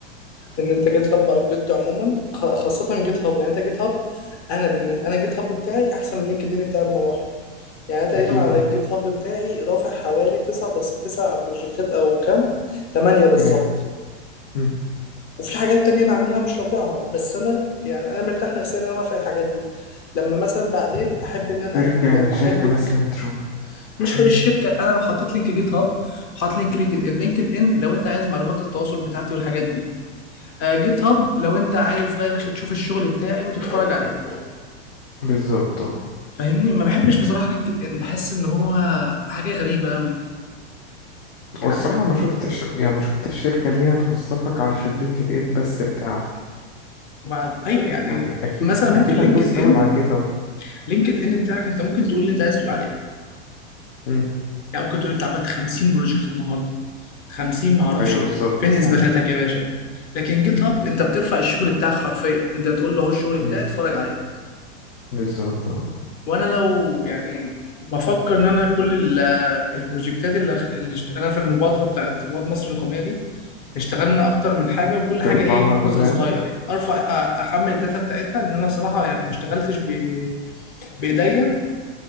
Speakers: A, on the left; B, on the left.
A: ان انت جيت هاب او جيت عموما خ- خاصه جيت هاب يعني انت جيت هاب انا بالنسبه انا جيت هاب بتاعي احسن من لينكد ان بتاعي بمراحل يعني أنا تقريبا
B: أكيد
A: على
B: أه
A: الجيت هاب بتاعي رافع حوالي تسع تسع بروجكتات او كام تمانية بالظبط
B: فري- مم.
A: وفي حاجات تانية أنا عاملها مش رافعها بس أنا يعني أنا مرتاح نفسيا إن أنا رافع الحاجات دي لما مثلا بعدين أحب إن أنا
B: شركة
A: لما
B: شركة
A: أحبك
B: مثلا تشوف
A: مش
B: مم.
A: هي الشركة أنا لو حطيت لينك جيت هاب وحاطط لينك لينكد إن لينكد إن لو أنت عايز معلومات التواصل بتاعتي والحاجات دي آه جيت هاب لو أنت عايز بقى يا باشا تشوف الشغل بتاعي وتتفرج عليه
B: بالظبط أه
A: فاهمني ما بحبش بصراحة لينكد إن بحس إن هو حاجة غريبة أوي يعني
B: والصراحة
A: عارف
B: ما شفتش يعني ما شفتش الشركة اللي هي هتوظفك علشان لينكد إن بس بتاعك
A: وبعد أيوه يعني
B: يعني أكيد
A: مثلا ممكن
B: أكيد
A: لينكد
B: هتبص الأول
A: إن
B: على جيت هاب
A: لينكد إن بتاعك أنت ممكن تقول اللي أنت عايز تقول عليه
B: مم.
A: يعني ممكن تقول أنت عملت 50 بروجكت النهاردة 50 معرفش
B: أيوه
A: ايه
B: بالظبط
A: فين اثباتاتك
B: ممكن
A: يا باشا لكن جيت هاب انت بترفع الشغل بتاعك حرفيا انت بتقول له اهو الشغل
B: مم.
A: بتاعي اتفرج عليه
B: بالظبط أه
A: وانا لو يعني بفكر ان انا كل ال- البروجكتات اللي, اللي اشت- انا في المبادره بتاعت رواد مصر الرقميه دي اشتغلنا اكتر من حاجه وكل حاجه
B: ترفعها
A: ايه
B: كلها
A: جزء صغير ارفع أ- احمل الداتا بتاعتها لان انا بصراحه يعني ما اشتغلتش ب... بايديا